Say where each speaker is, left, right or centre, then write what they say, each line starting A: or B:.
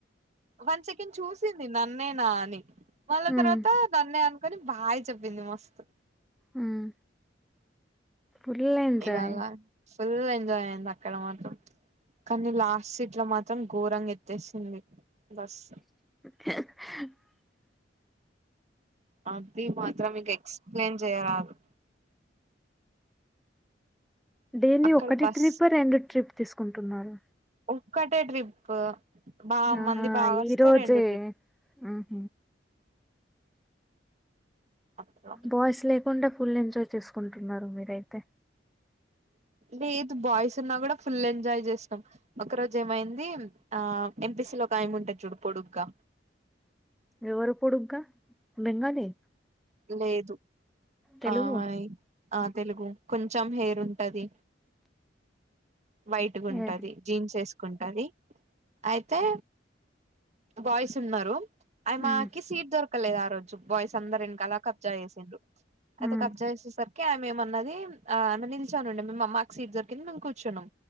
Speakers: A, on the right; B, in the centre.
A: వన్ సెకండ్ చూసి వంది నన్నేనా అని మళ్ళా
B: ఉమ్
A: తర్వాత నన్నే అనుకొని బాయ్ చెప్పింది మస్తు
B: మ్మ్ ఫుల్ల్ ఎంజాయ్
A: ఇవాళ ఫుల్ ఎంజాయ్ అయింది అక్కడ మాత్రం కానీ లాస్ట్ సీట్ లో మాత్రం ఘోరంగా ఎత్తేసింది బస్
B: <unintelligible>
A: అది మాత్రం మీకు ఎక్స్ప్లెయిన్ చేయరాదు
B: డైలీ
A: అక్కడ
B: ఒకటి
A: బస్
B: ట్రిప్ రెండు ట్రిప్ తీసుకుంటున్నారు
A: ఒక్కటే ట్రిప్ బా
B: ఆహా
A: మంది బాగా
B: ఈ
A: వస్తే
B: రోజే
A: రెండు ట్రిప్
B: ఆహ
A: అట్లా
B: బాయ్స్ లేకుండా ఫుల్ ఎంజాయ్ చేసుకుంటున్నారు మీరైతే
A: లేదు బాయ్స్ ఉన్నా కూడా ఫుల్ ఎంజాయ్ చేసాం ఒక రోజు ఏమైంది ఆ ఎంపిసీ లో ఒక ఆయమి ఉంటారు చూడు పొడుగ్గా
B: ఎవరు పడుగా బెంగానీ
A: లేదు
B: తెలుగు
A: ఆయి ఆ తెలుగు కొంచెం హెయిర్ ఉంటది వైట్గుంటది
B: ఏ
A: జీన్స్ ఏసుకుంటది అయితే బాయ్స్ ఉన్నారు ఆయ మాకి
B: మ్
A: సీట్ దొరకలేదు ఆ రోజు బాయ్స్ అందర ఎన్ కాల కబ్జా చేసిన్రు అయితే
B: మ్
A: కబ్జా చేసేసరి కే అమెమన్నది ఆ నిల్చొనుండె మేమ్ మాకు సీట్ దొరికింది మేము కూర్చున్నాం